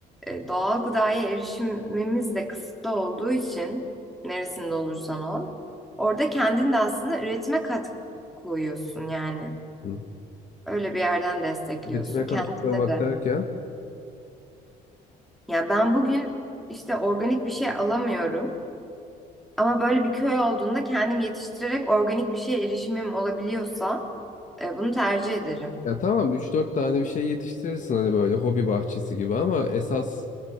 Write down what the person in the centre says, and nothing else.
e, doğal gıdaya erişimimiz de kısıtlı olduğu için neresinde olursan ol. Orada kendin de aslında üretime katkı koyuyorsun yani.
Öyle bir yerden destekliyorsun
kendine
de.
Yani ben bugün işte organik bir şey alamıyorum ama böyle bir köy olduğunda kendim yetiştirerek organik bir şeye erişimim olabiliyorsa e, bunu tercih ederim.